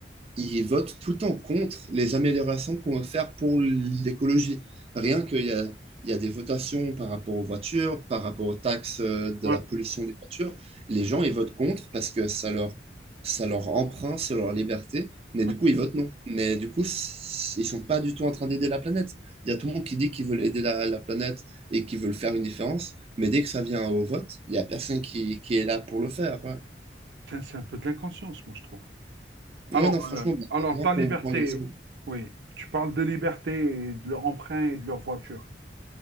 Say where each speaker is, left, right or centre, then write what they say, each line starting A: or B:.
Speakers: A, on the right; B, on the right.
A: ils votent tout le temps contre les améliorations qu'on veut faire pour l'écologie. Rien qu'il y a, il y a des votations par rapport aux voitures, par rapport aux taxes euh, de
B: ouais,
A: la pollution des voitures, les gens, ils votent contre parce que ça leur, ça leur empreinte sur leur liberté, mais
B: ouais.
A: du coup, ils votent non. Mais du coup, c- ils sont pas du tout en train d'aider la planète. Il y a tout le monde qui dit qu'ils veulent aider la, la planète et qu'ils veulent faire une différence, mais dès que ça vient au vote, il y a personne qui, qui est là pour le faire. Ouais,
B: Putain, C'est un peu de l'inconscience, moi, je trouve.
A: Ouais,
B: Alors,
A: non, franchement,
B: euh,
A: bah,
B: alors,
A: bien
B: ta
A: qu'on
B: liberté,
A: prend l'exemple.
B: oui, tu parles de liberté et de leur emprunt et de leur voiture.